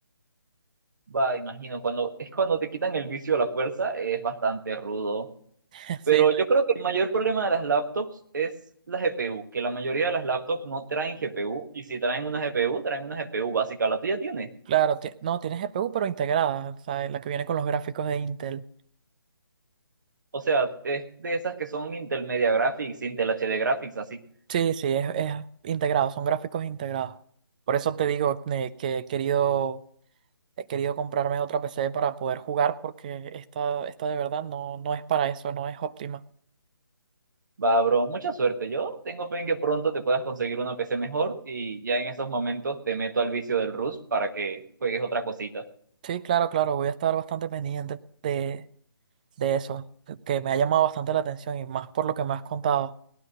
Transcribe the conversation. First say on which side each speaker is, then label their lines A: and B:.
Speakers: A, on the right; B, on the right.
A: Va, imagino, cuando es cuando te quitan el vicio a la fuerza, es bastante rudo.
B: <laughs> Sí,
A: Pero yo creo que el mayor problema de las laptops es la GPU, que la mayoría de las laptops no traen GPU, y si traen una GPU, traen una GPU básica, la tuya tiene.
B: claro, ti- no, tiene GPU, pero integrada, o sea, la que viene con los gráficos de Intel.
A: O sea, es de esas que son Intel Media Graphics, Intel HD Graphics, así.
B: Sí, sí, es, es integrado, son gráficos integrados. Por eso te digo eh, que he querido, he querido comprarme otra PC para poder jugar, porque esta, esta de verdad no, no es para eso, no es óptima.
A: Va, bro, mucha suerte. Yo tengo fe en que pronto te puedas conseguir una PC mejor y ya en esos momentos te meto al vicio del Rust para que juegues otra cosita.
B: Sí, claro, claro, voy a estar bastante pendiente de, de eso, que me ha llamado bastante la atención y más por lo que me has contado.